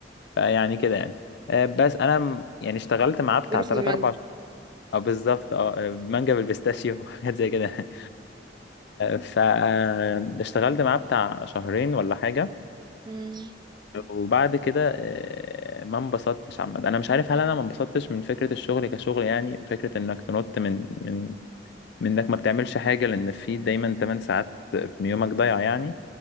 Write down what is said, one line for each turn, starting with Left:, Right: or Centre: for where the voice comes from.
Left: فيعني كده يعني آه بس انا م- يعني اشتغلت معاه بتاع
Right: غير
Left: 3
Right: في المجد
Left: 4 اه بالظبط اه آه، مانجا بالبيستاشيو <laughs> وحاجات زي كده يعني. فاشتغلت معاه بتاع شهرين ولا حاجة
Right: مم.
Left: وبعد كده آه، ما انبسطتش عامة انا مش عارف هل انا ما انبسطتش من فكرة الشغل كشغل يعني فكرة انك تنط من من من انك ما بتعملش حاجة لان في دايما 8 ساعات من يومك ضايع يعني